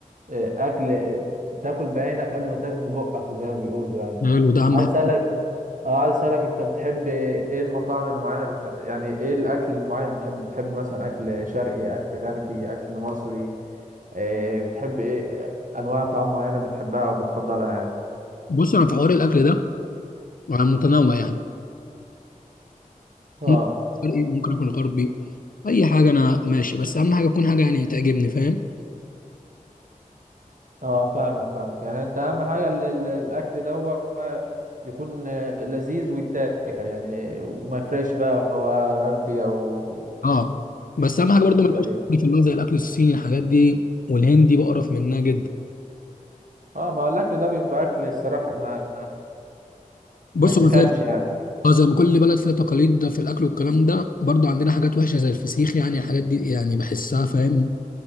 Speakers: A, on the right; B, on the left.
A: آه، اكل آه، تاكل بعينك قبل ما تاكل ببقك زي ما بيقولوا يعني
B: حلو ده اهم
A: عايز
B: حاجه
A: اسالك اه عايز اسالك انت بتحب ايه المطاعم المعينة بتح... يعني ايه الاكل المعين بتحب بتحب مثلا اكل شرقي اكل غربي اكل مصري إيه بتحب ايه انواع طعام معينه بتحبها او بتفضلها يعني
B: بص انا في حوار الاكل ده انا متنوع يعني
A: اه
B: ممكن شرقي ممكن اكل غربي اي حاجه انا ماشي بس اهم حاجه تكون حاجه يعني تعجبني فاهم
A: اه فاهمك فاهمك يعني انت اهم حاجه ال- ال- الاكل ده يكون آه، لذيذ ويتاكل يعني وما يفرقش بقى هو غربي او
B: اه بس اهم حاجه برضو
A: او
B: ما
A: شرقي
B: يبقاش في اللي هو زي الاكل الصيني الحاجات دي والهندي بقرف منها جدا
A: اه ما هو الاكل ده بيبقى اكل الصراحه ما
B: بص
A: ما يتاكلش
B: هو زي
A: يعني
B: اه زي ما كل بلد فيها تقاليد ده في الاكل والكلام ده برضو عندنا حاجات وحشه زي الفسيخ يعني الحاجات دي يعني بحسها فاهم